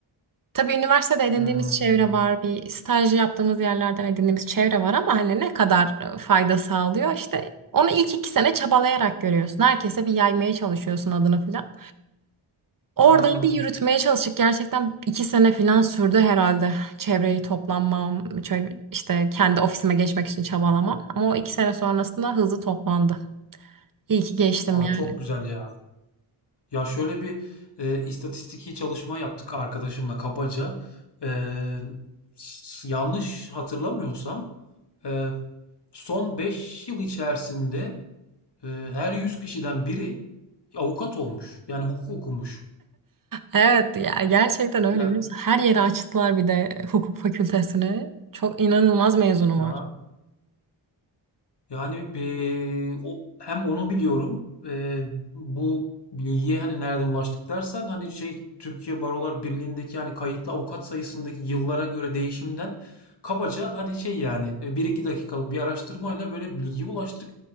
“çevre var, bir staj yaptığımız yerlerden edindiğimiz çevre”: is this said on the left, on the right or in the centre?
Right